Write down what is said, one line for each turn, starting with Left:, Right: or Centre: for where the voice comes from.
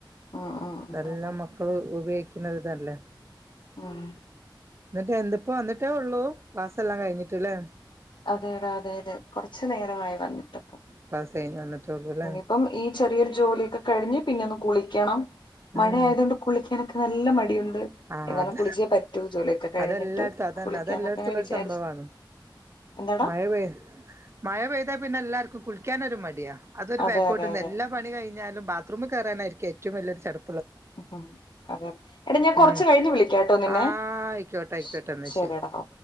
Left: ഉം ഉം
Right: ഇതെല്ലാം
Left: ഉം അതെ
Right: മക്കൾ ഉപയോഗിക്കുന്ന ഇതല്ലേ
Left: ഉം
Right: എന്നിട്ടേ എന്തിപ്പോ വന്നിട്ടേ ഉള്ളൂ ക്ലാസ് എല്ലാം കഴിഞ്ഞിട്ടല്ലേ
Left: അതെടാ അതെ അതെ കൊറച്ചു നേരമായി വന്നിട്ട്
Right: ക്ലാസ് കഴിഞ്ഞ് വന്നിട്ടേള്ളൂല്ലേ
Left: ഇനിയിപ്പം ഈ ചെറിയൊരു ജോലിയൊക്കെ കഴിഞ്ഞ് പിന്നെ ഒന്ന് കുളിക്കണം
Right: ഉം
Left: മഴ ആയത കൊൊണ്ട് കുളിക്കാനൊക്കെ നല്ല മടിയുണ്ട്
Right: ആ
Left: എന്നാലും
Right: അത്
Left: കുളിച്ചേ പറ്റൂ ജോലിയൊക്കെ കഴിഞ്ഞിട്ട്
Right: അതെല്ലായിടത്തും അതന്നെ
Left: കുളിക്കാന്നൊക്കെ
Right: അതെല്ലായിടത്തുംുള്ളരു
Left: അങ്ങനെ വിചാരിച്ചു
Right: സംഭവമാണ്
Left: എന്താടാ
Right: മഴ പെയ് മഴ പെയ്താ പിന്നെ എല്ലാർക്കും കുളിക്കാനൊരു മടിയാ അതൊ
Left: അതെ
Right: ബാക്കോട്ട
Left: അതെ അതെ
Right: എല്ലാ പി കഴിഞ്ഞാലും ബാത്റൂമിൽ കയറാനായിരിക്കും ഏറ്റവും വലൊരു ചടം
Left: ഉ അതെെ ടാ ഞാൻ കൊറച്ച്
Right: ഉം
Left: കഴിഞ്ഞ് വിളിക്കാംട്ടോന്നന്നെ
Right: ആ ആയിക്കോട്ടെ ആയിക്കോട്ടെ
Left: ശ
Right: എന്നാ
Left: ശടാ
Right: ശരി